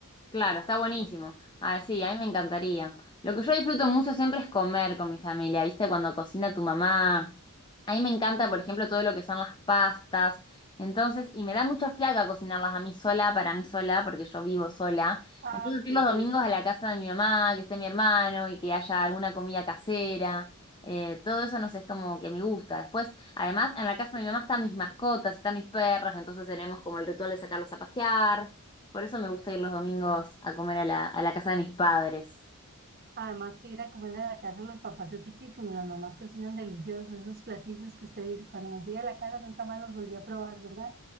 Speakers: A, on the left (about 20°); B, on the right (about 45°).
A: Claro, está buenísimo. Ah, sí,
B: Sí,
A: a mí me encantaría. Lo que yo disfruto mucho siempre es comer con mi familia, ¿viste? Cuando cocina tu mamá. A mí me encanta,
B: qué rico.
A: por ejemplo, todo lo que son las pastas. Entonces, y me da mucha fiaca cocinarlas a mí sola, para mí sola, porque yo vivo sola.
B: Ah,
A: Entonces, ir
B: qué
A: los
B: bien,
A: domingos
B: Sonia.
A: a la casa de mi mamá, que esté mi hermano y que haya alguna comida casera. eh, todo eso, no sé, es como que me gusta. Después, además, en la
B: Sí,
A: casa
B: qué
A: de mi mamá
B: rico.
A: están mis mascotas, están mis perros, entonces tenemos como el ritual de sacarlos a pasear. Por eso me gusta ir los domingos a comer a la, a la casa de mis padres.
B: Además que ir a comer a la casa de los papás es riquísimo, las mamás cocinan deliciosos, esos platillos que usted dice, cuando me fui de la casa nunca más los volví a probar, ¿verdad?